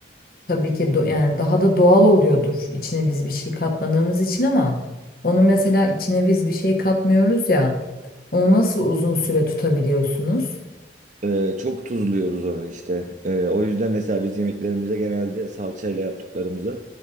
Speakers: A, on the left; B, on the right.
A: Tabii ki do- yani daha da doğal oluyordur içine biz bir şey katmadığımız için ama onu mesela içine biz bir şey katmıyoruz ya onu nasıl uzun süre tutabiliyorsunuz?
B: Ee, çok tuzluyoruz onu işte. Ee, o yüzden mesela biz yemeklerimize genelde salçayla yaptıklarımıza